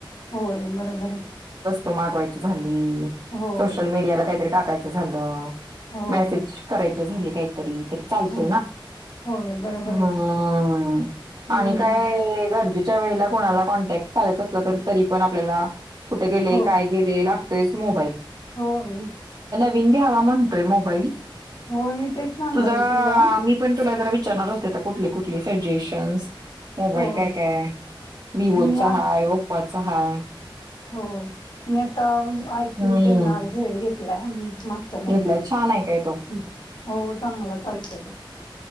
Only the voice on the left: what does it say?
होय बरोबर आहे.
होय
होय
हो
होय बरोबर
आहे की हम्म
हो
होय
होय मी तेच सांगाले
तुला
होय
मी आ
होय मी आता आयक्यू
टेन आर् झेड घेतलाय. मागच्या महिन्यात
हो चांगला चालत बघ